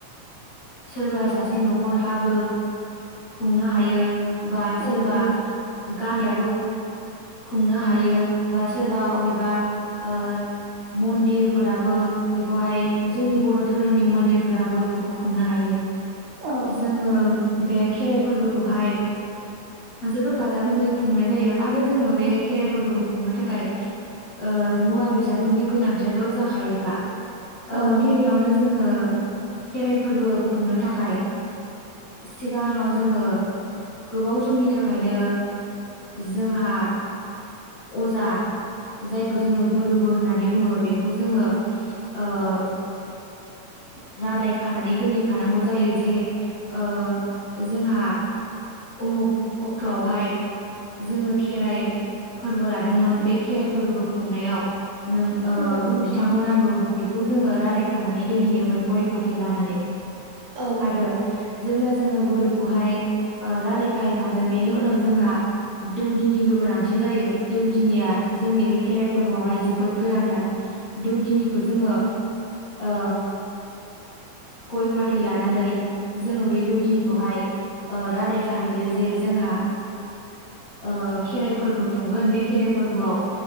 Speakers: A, on the left; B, on the right.
A: सोरबा सासे न'खरहाबो खुंनो हायो बा सोरबा
B: उम उम
A: गामियाबो खुंनो हायो बा सोरबा अबेबा ओ मन्दिरफोराबो बेखौहाय जोंनि बर' धोरोमनि मन्दिरफोराबो बेखौ खुंनो हायो
B: औ औ
A: जोङो बे खेराइ फोरबोखौहाय जोबोर गाजा गोमजायै खुंनाय जायो आरो जोङो बे खेराइ फोरबोखौ खुंनो थाखाय ओ मुवा बेसाद बेफोरनि गोनांथियाथ' जाखायोखा । ओ
B: औ
A: गिबियावनो जोङो खेराइ फोरबो खुंनो थाखाय सिब सिगाङाव जोङो गोबाव समनि थाखायनो जोंहा अजा जायखौ जोङो गुरुबो होननानै बुङो बेखौ जोङो ओ <inaudible> रादाय खानानै दोनहैखानांगौ जायो जे ओ जोंहा उमुख अक्ट'आवहाय जोङोखि खेराइ फोरबो लादोंमोन बे खेराइ फोरबोखौ खुंनायाव नों ओ
B: उम उम
A: बिथांखौ नांगौ बेखौ जोङो रादाय नानै दोनहोयोमोन गय फाथै लानानै
B: औ
A: आरो जेब्लाज जोङो गुरुखौहाय रादाय खायखांगोन बेनि उनाव जोंहा दौ दिनिबो गोनांथि जायो दौदिनिया जोंनि बे खेराइ फोरबोआवहाय जोबोद गोनांथार दौ दिनिखौ जोङो ओ गय फाथै लानानै जोङो बे दौदिनिखौहाय ओ रादाय खाहैयो जे जोंहा ओ खेराइ फोरबो खुंगोन बे खेराइ फोरबोआव